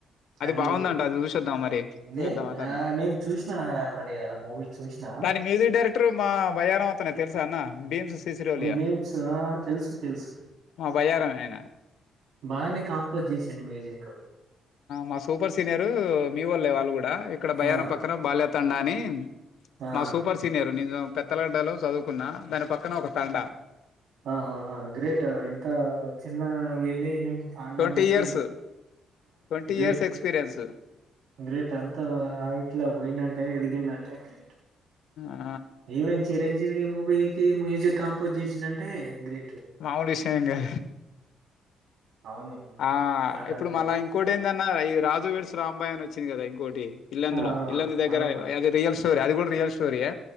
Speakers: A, on the right; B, on the left.
A: అది
B: బాగుందంట అది చూసొద్దాం మరి
A: నేన్
B: చూద్దాం అంటన్న
A: ఆ నేన్ చూసినా ఆల్రెడీ ఆ మూవీ చూసినా,
B: దాని మ్యూజిక్ డైరెక్టర్ మా బయ్యారం అతనే తెలుసా అన్న భీమ్స్ సిసిరోలియా
A: హు బీమ్స్ తెలుసు తెలుసు
B: బయారాం ఆయన
A: బాగనే కాంపోజ్ చేసిండు మ్యూజిక్
B: మా సూపర్ సీనియరు మీ వోళ్లే వాళ్ళు కూడా ఇక్కడ భయారం
A: ఆ
B: పక్కన బాల్యత్ తండాని
A: ఆ
B: మా సూపర్ సీనియరు ని పెత్తలడ్డలో చదువుకున్న దాని పక్కన ఒక తాండ
A: ఆ గ్రేట్ ఇంత అంత చిన్న విలేజ్ నుంచి తడా
B: ట్వంటీ
A: నుంచి
B: years twenty
A: great
B: years experience
A: great అంత హైట్లా పోయిందంటే ఎదిగిందండి అదే గ్రేట్
B: ఆ
A: ఈవెన్ చిరంజీవి మూవీకిి మ్యూజిక్ కాంపోజ్ చేసినండి గ్రేట్
B: మాముడి సంగా
A: అవును అవును
B: ఆ
A: చాలా
B: ఇప్పుడు
A: గ్రేట్
B: మళ్ళా ఇంకోటి ఏంటన్న ఈ రాజు విేడ్స్ రాంబాయి అని వచ్చి వచ్చి కదాంకోటి ఇల్ందులో
A: ఆ
B: ఇల్ందు దగ్గర
A: ఆ అవును
B: అది రియల్ స్టోరి అది కూడా రియల్ స్టోరియా